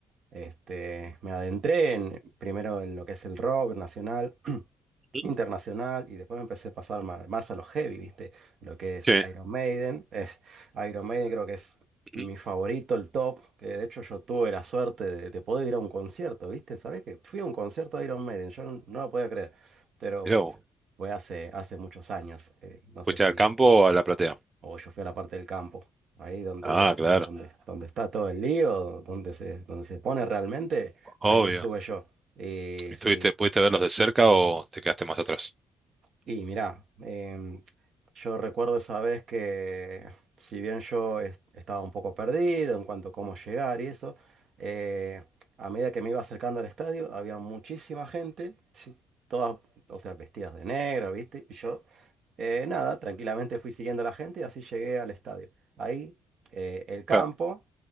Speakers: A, on the right; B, on the right.
A: Este, me adentré en, primero en lo que es el rock nacional, <clears throat>
B: ujú.
A: internacional, y después me empecé a pasar ma- más, a los heavy, ¿viste? Lo que es
B: Sí,
A: Iron Maiden. Es, Iron Maiden creo que es mi
B: ujú.
A: favorito, el top, que de hecho yo tuve la suerte de, de poder ir a un concierto, ¿viste? ¿Sabés que fui a un concierto de Iron Maiden? Yo no, no lo podía creer, pero
B: Mirá vos,
A: fue hace, hace muchos años. eh, no
B: ¿fuiste
A: sé si
B: al campo o a la platea?
A: o yo fui a la parte del campo, ahí donde,
B: Ah, claro,
A: donde, donde está todo el lío, donde se, donde se pone realmente, ahí
B: obvio.
A: estuve yo. Y
B: ¿Estuviste,
A: sí,
B: pudiste verlos de cerca o te quedaste más atrás?
A: y mirá, em, yo recuerdo esa vez que si bien yo es- estaba un poco perdido en cuanto a cómo llegar y eso, eh, a medida que me iba acercando al estadio había muchísima gente, sí, todas, o sea, vestidas de negro, ¿viste? Y yo, eh, nada, tranquilamente fui siguiendo a la gente y así llegué al estadio. Ahí, eh, el campo,
B: Claro.